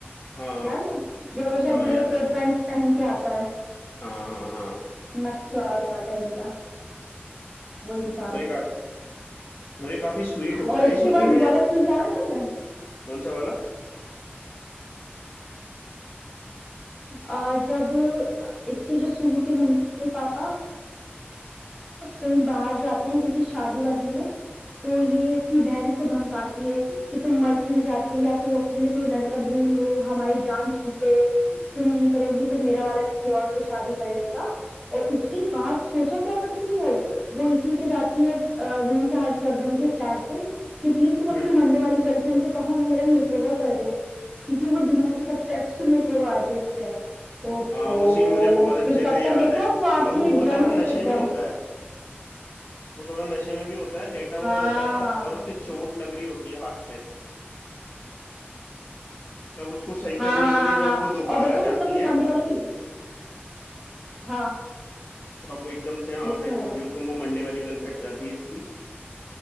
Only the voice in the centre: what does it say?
याद है जो हमेशा
ग्रे
कोट
पैंट पहन के आता है
नकचड़ा सा कहीं का वो इंसान
और
उसके
बाद
वो वाला सीन याद है तुम्हें
अ, जब इसके जो शुरू के मम्मी पापा कहीं बाहर जाते हैं किसी शादी वादी में तो ये इसकी बहन इसको धमकाती है कि तुम मर क्यों नहीं जाती या तुम अपने लिए कोई लड़का ढूंढ लो हमारी जान छूटे तुम नहीं करोगी तो मेरा वाला किसी और से शादी कर लेगा और उसके बाद सोचा क्या करती वो वो इसी के जाती है रूम पे हर्षवर्धन के फ्लैट पे कि प्लीज तुम अपनी
मंडे वाली गर्लफ्रेंड से कहो ना मेरा मेकओवर कर दे क्योंकि वो दुनिया की सबसे अच्छी मेकओवर आर्टिस्ट है ओहो
फिर तब
तक देखा
वो आती
है
ड्रंक
होके एकदम
हाँ
हाँ
हाँ हाँ
हाँ
और देखा
जब तक वो
मंडे वाली हाँ
ये
तो
है